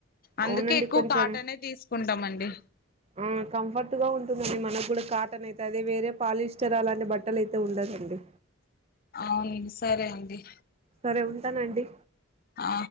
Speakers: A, on the left (about 45°); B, on the right (about 30°).
A: అందుకే
B: అవునండి
A: ఎక్కువ
B: కొంచెం
A: కాటనే తీసుకుంటాం అండి
B: ఆ కంఫర్ట్ గా ఉంటుందండి మనకు కూడా కాటన్ అయితే అది వేరే పాలిస్టర్ అలాంటి బట్ ట్టలు అయితే ఉండదండి
A: అవునండి సరే అండి
B: సరే ఉంటానండి
A: ఆ